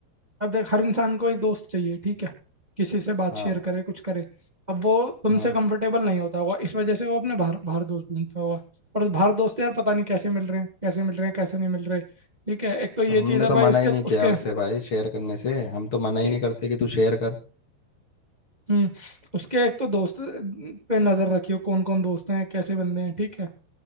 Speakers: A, on the right; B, on the left.
A: अब देख हर इंसान को एक दोस्त चाहिए ठीक है किसी से बात
B: हाँ
A: शेयर करे कुछ करे अब वो तुमसे
B: हाँ
A: कंफर्टेबल नहीं होता होगा इस वजह से वो अपने बाहर बाहर दोस्त ढूंढता होगा और बाहर दोस्त यार पता नहीं कैसे मिल रहे हैं कैसे मिल रहे हैं कैसे नहीं मिल रहे ठीक है एक तो ये
B: तो हमने
A: चीज़ है
B: तो
A: भाई
B: मना
A: उसके
B: ही नहीं किया
A: उसके
B: उससे भाई शेयर करने से हम तो मना
A: ठीक
B: ही नहीं करते कि तू शेयर कर
A: हम्म उसके एक तो दोस्त अ, पे नज़र रखियो कौन कौन दोस्त हैं कैसे बंदे हैं ठीक है